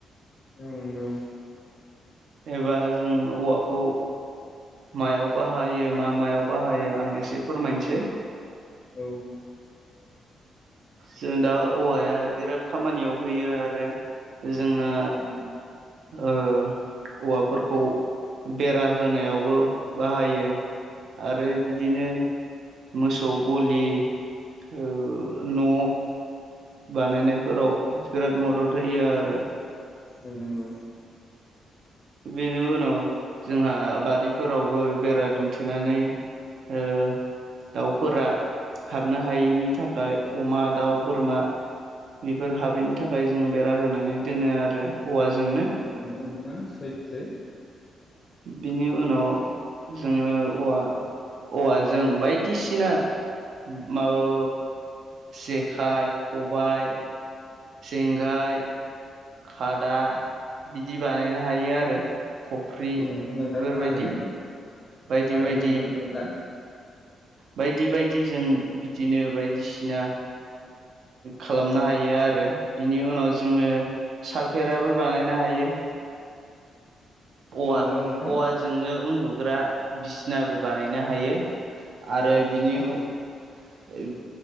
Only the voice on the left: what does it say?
औ नोंगौ।
औ
<inaudible>
औ नोंगौ।
औ नोंगौ नोंथां सैथो।
औ
नंगौ नोंथां थारैनो
थारैनो
नोंथारगौ नोंथां।
औ नंगौ नोंथां
औ नोंथां